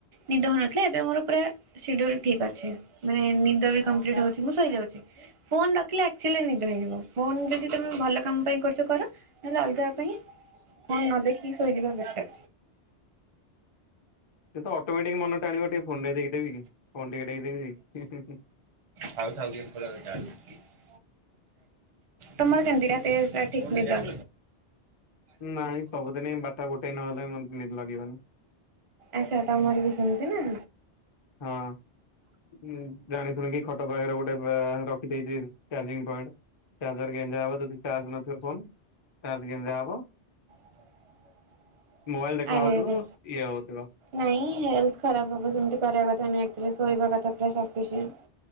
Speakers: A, on the right; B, on the left.
A: ନିଦ ଭାଙ୍ଖେଲ୍ ଏବେ ମୋର ପୁରା ସିଡ୍ୟୁଲ୍ ଠିକ୍ ଅଛି ମାନେ ନିଦ ବି କମ୍ପ୍ଲିଟ ହଉଛି ମୁଁ ଶୋଇଯାଉଛି। ଫୋନ ରଖିଲେ ଆକ୍ଚୁଆଲି ନିଦ ହେଇଯିବ ଫୋନ ଯଦି ତମେ ଭଲ କାମ ପାଇଁ କରୁଛ କର ନହେଲେ ଅଲଗା ପାଇଁ ଫୋନ୍ ନ ଦେଖିକି ଶୋଇଯିବା ବେଟର।
B: ସେ ତ ଅଟୋମେଟିକ ମନ ଟାଣିବ ଟିକେ ଫୋନ ଟିକେ ଟେଖିଦେବି କି ଫୋନ ଟିକେ ଦେଖିଦେବି କି।
A: ଥାଉ ଥାଉ <unintelligible> ତମର କେମତି ରାତି ରେ ପୁରା ଠିକ ନିଦ
B: ନାଇଁ ସବୁଦିନ ହି ବାରଟା ଗୋଟେ ନହଲେ ମତେ ନିଦ୍ ଲାଗିବନି।
A: ଆଛା ତମର ବି ସେମିତି ନା?
B: ହଁ। ହୁଁ ଜାଣି ଶୁଣିକି ଖଟ ପାଖରେ ଗୋଟେ ପା ରଖିଦେଇଛି ଚାର୍ଜିଂ ପଏଣ୍ଟ। ଚାର୍ଜର ଗେଞ୍ଜା ହବ ଯଦି ଚାର୍ଜ ନଥିବ ଫୋନ ଚାର୍ଜ ଗେଞ୍ଜା ହବ।
A: <inaudible>
B: ମୋବାଇଲ ଦେଖା
A: ଆରେ
B: ହଉଥିବ
A: ଆରେ।
B: ଇଏ ହଉଥିବ।
A: ନାଇଁ ହେଲଥ ଖରାପ ହବ ସେମିତି କରିବା କଥା ନୁଏ ରାତିରେ ଶୋଇବା କଥା ପୁରା ସଫିସିଏଣ୍ଟ।